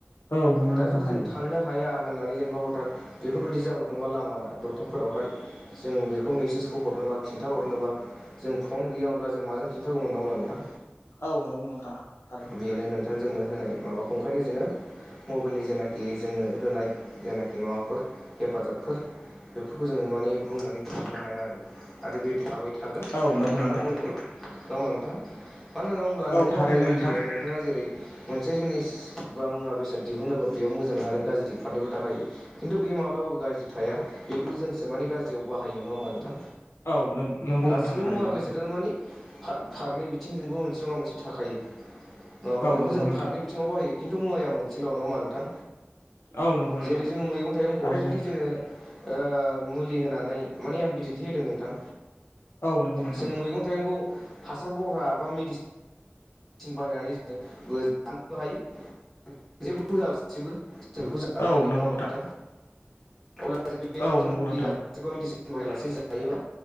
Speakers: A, on the left (about 85°); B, in the centre.
A: औ नंगौ नोंथां
B: दा जुदि
A: हायो।
B: जों थांनो हाया होननानै जेनेबा हथात बेफोरबायदि जाब्रदोंबा लामा द था फोरावहाय जों बेखौ मेसेसखौ हरनोबा खिन्था हरनोबा जों फन गैया अब्ला जों माजों खिन्थागौमोन नङा होमबा नोंथां।
A: औ नंगौ नोंथां थारैनो
B: बेनो नोंथां जोंनो होनाय माबाखौ ओंखायनो जोङो मबेइलनि जेनाखि जोंनो होनाय जेनाखि माबाफोर हेफाजाबफोर बेफोरखौ जोङो माने बुंनानै फोजोबनो हाया आरो। आरो बे थाबाय थागोन
A: औ नंगौ
B: थानांगौबो
A: नोंथां
B: नङा होनबा नोंथां। मानो होनना बुङोब्ला
A: औ
B: नोंथां
A: थारैनो
B: बुंनाय बायदिनो
A: नोंथां
B: नोंथाङा जेरै मोनसे जिनिस बा मुवा बेसाद दिहुनोबा बेयाव मोजां आरो गाज्रि फारनैबो थाखायो खिन्थु बे याव मालाबाबो गाज्रि थाया बेखौ जोंसो माने गाज्रियाव बाहायो नङा होमबा नोंथां।
A: औ नंगौ
B: गासिबो
A: नोंथां थारैनो
B: मुवा बेसादानो माने फा-फा-फारनै बिथिंजोंबो मोनसे नङा मोनसे थाखायो नङाबा
A: औ
B: बेखौ
A: नंगौ
B: जों
A: नोंथां
B: फारनै बिथिङाव बाहायो। खिन्थु मुवाया मोनसेल नङा होनबा नोंथां।
A: औ नंगौ नोंथां
B: जेरै जोङो मैगं थाइगंखौहाय
A: थारैनो
B: जुदि जोङो ओ मुलि होनानै माने आं बिदिन्थि होदों नोंथां।
A: औ नंगौ नोंथां
B: जोङो मैगं थाइगंखौ हासार बरहा बा मेडि बाहायनानै जोङो <unintelligible> नोबो हायो <unintelligible> जेबो होआलासेबो जों बेखौ जानो
A: औ
B: हायो
A: नंगौ
B: नङा होमबा नोंथां। अब्लासो बेनो
A: औ
B: जों
A: नंगौ
B: मुलि
A: नोंथां
B: बासिमायालासे जायोबा